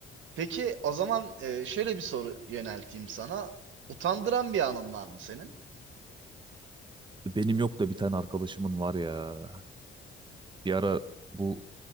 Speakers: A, on the right; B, on the right.
A: Peki o zaman e, şöyle bir soru yönelteyim sana. Utandıran bir anın var mı senin?
B: Benim yok da bir tane arkadaşımın var ya. Bir ara bu